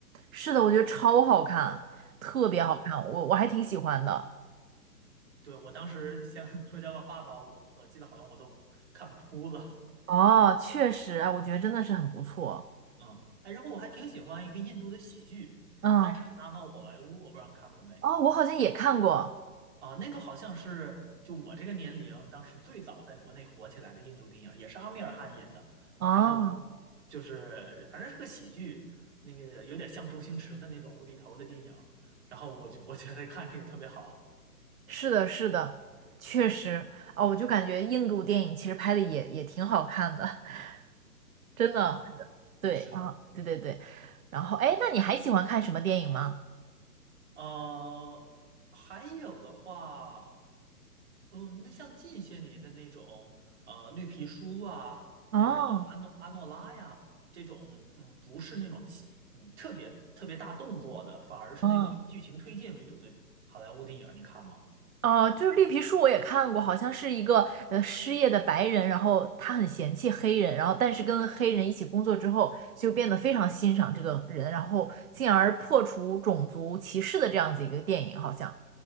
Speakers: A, on the right; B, on the right.
A: 是的，我觉得超好看，特别好看，
B: 啊。
A: 我我还挺喜欢的。
B: 对，我当时像《<laughs> 摔跤吧，爸爸》，我我记得好像我都看哭了。
A: 哦，确实，哎，我觉得真的是很不错。
B: 嗯，哎，然后我还挺喜欢一个印度的喜剧《三傻大闹宝莱坞》，
A: 嗯，
B: 我不知道你看过没
A: 哦，我好像也看过。
B: 啊？那个好像是就我这个年龄，当时最早在国内火起来的印度电影，也是阿米尔汗演的。
A: 哦，
B: 然后就是反正是个喜剧，那个有点像周星驰的那种无厘头的电影。然后我就我觉得看着也特别好
A: 是的，是的，确实。哦，我就感觉印度电影其实拍的也也挺好看的，<laughs> 真的。
B: 啊。
A: 对，
B: 是的，
A: 啊，对对对。然后，哎，那你还喜欢看什么电影吗？
B: 呃，还有的话。哦，那像近些年的那种，呃，绿皮书啊，还有阿诺阿诺拉呀，
A: 哦，
B: 这种，嗯，不是那种其嗯，特别特别大动作的，反而是那种以剧情推进为主的好莱坞电影，
A: 嗯。
B: 你看吗？
A: 哦，就是绿皮书我也看过，好像是一个呃失业的白人，然后他很嫌弃黑人，然后但是跟黑人一起工作之后，就变得非常欣赏这个人，然后进而破除种族歧视的这样子一个电影，好像。